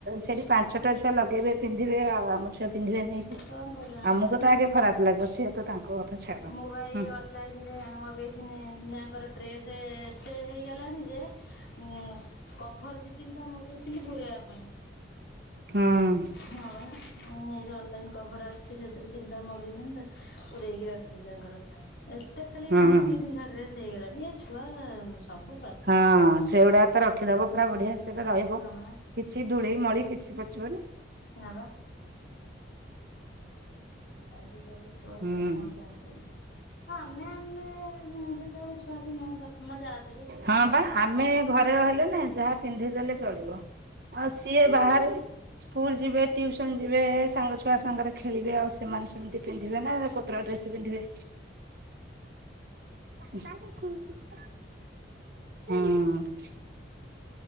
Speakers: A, on the right; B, on the left.
A: ସେଠି ପାଞ୍ଚଟା ଛୁଆ ଲଗେଇବେ ପିନ୍ଧିବେ ଆଉ ଆମ ଛୁଆ ପିନ୍ଧିବେ ନେଇକି
B: କଣ କରିବା
A: ଆମକୁ
B: ବା
A: ତ ଆଗେ ଖରାପ ଲାଗିବ ସିଏ ତ ତାଙ୍କ କଥା ଛାଡ ହୁଁ
B: ମୁଁ ବା ଏଇ ଅନଲାଇନ ରେ ମଗେଇଥିନି ଧିଆଁଙ୍କର ଡ୍ରେସ ଏତେ ହେଇଗଲାଣି ଯେ ଉଁ କଭର ଦି ତିନିଟା ମଗେଇଥିଲି ପୁରାଇବା ପାଇଁ
A: ହଁ
B: ହଁ ବା ମୋ ଯେଉଁ ଅନଲାଇନ୍ କଭର୍ ଆସୁଛି ସେଥିରୁ ତିନିଟା ମଗେଇଥିନିତ ପୁରେଇକି ରଖିଛି ତାଙ୍କର ଏ ଏତେ ଖାଲି ନୀତି
A: ହୁଁ।
B: ବିିନ୍ଧା ଡ୍ରେସ୍ ହେଇଗଲାଣି ଏ ଛୁଆ ସବୁ ପ୍ର
A: ହଁ ସେଗୁଡାକ ତ ରଖିଦବ ପୁରା ବଢିଆ ସେ ରହିବ
B: ହଁ ବା
A: କିଛି ଧୁଳି ମଳି କିଛି ପଶିବନି।
B: ହଁ ବା। ଆଜିକାଲି ଛୁଆ
A: ହୁଁ
B: ସେ କଣ ଜାଣିଚନ୍ତି? ହଁ ଆମେ ମାନେ ଯେତେବେଳେ ଛୁଆଥିନୁ ତ ତ ମଜା ଅ
A: ହଁ ବା ଆମେ ଘରେ ରହିଲେ ନା ଯାହା ପିନ୍ଧିଦେଲେ ଚଳିବ। ଆଉ ସିଏ ଇଏ ବାହାରେ ସ୍କୁଲ ଯିବେ ଟିଉସନ ଯିବେ ସାଙ୍ଗ ଛୁଆ ସାଙ୍ଗରେ ଖେଳିବେ ଆଉ ସେମାନେ ସ ଏମିତି ପିନ୍ଧିବେ ନା କୋତୋରା ଡ୍ରେସ ପିନ୍ଧିବେ? ହୁଁ।